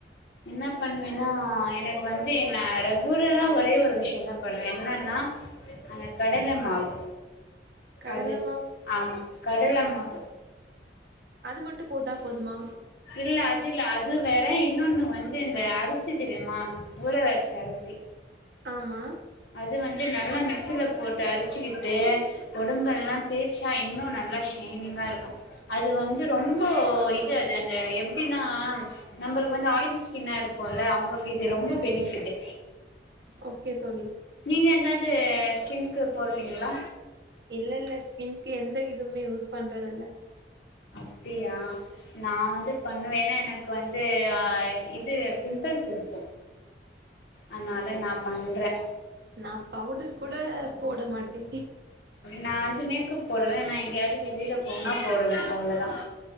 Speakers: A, on the left; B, on the right.
A: என்ன பண்ணுவேன்னா எனக்கு வந்து என் ரகுரலா ஒரே ஒரு விஷயம் தான் பண்ணுவேன் என்னன்னா அந்த கடல மாவு
B: கடலம்
A: அது ஆமா கடல மாவு
B: அது மட்டு போட்டா போதுமா
A: இல்ல அது இல்ல அது வேற இன்னொன்னு வந்து இந்த அரிசி தெரியுமா ஊற வச்சு அரிசி
B: ஆமா
A: அது வந்து நல்லா மிக்சல போட்டு அரிச்சுக்கிட்டு உடம்ப எல்லாம் தேய்ச்சா இன்னும் நல்லா ஷைனிங்கா இருக்கும் அது வந்து ரொம்போ இது து அந்த எப்டின்னா நம்மளுக்கு வந்து ஆயிலி ஸ்கின்னா இருக்கும்ல அவங்களுக்கு இது ரொம்ப பெனிஃபிட்டு்
B: ஓகே தோழி
A: நீங்க எந்த து ஸ்கின்க்கு போடுறீங்ளா
B: இல்ல இல்ல ஸ்கின்கு எந்த இதுவுமே யூஸ் பண்றதுல்ல
A: அப்டியா நா வந்து பண்ணுவேன்னா என்ன இ வந்துஹ இது பிம்பிள்ஸ் இருக்கும் அதனால நா பண்றேன்
B: நா பவுடர் கூட போட மாட்டே
A: நான் வந்து மேக்கப் போடுவேன் நான் எங்கேயாவது வெளியில போனா போடுவேன் அவ்வளவுதான்